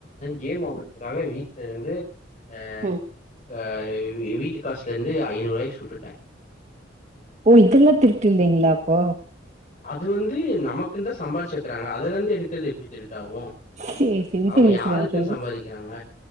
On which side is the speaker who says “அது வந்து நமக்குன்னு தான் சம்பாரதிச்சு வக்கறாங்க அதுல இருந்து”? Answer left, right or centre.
Left